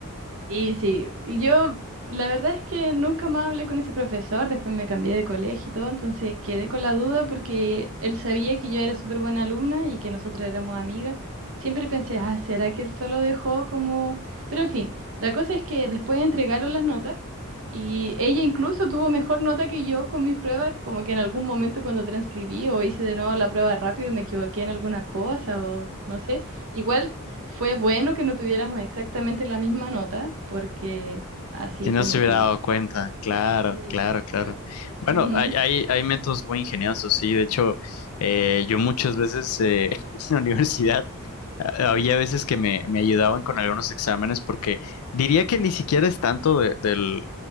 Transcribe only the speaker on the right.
Y sí, y yo la verdad es que nunca más hablé con ese profesor, después me cambié de colegio y todo, entonces quedé con la duda porque él sabía que yo era súper buena alumna y que nosotros éramos amigas. Siempre pensé, ah, ¿será que él solo dejó como...? Pero en fin, la cosa es que después entregaron las notas y ella incluso tuvo mejor nota que yo con mi prueba, como que en algún momento cuando transcribí o hice de nuevo la prueba rápido me equivoqué en alguna cosa o no sé. Igual... Fue bueno que no tuviéramos exactamente la misma nota, porque así
como
que...
Sí.
Eh,
ujú.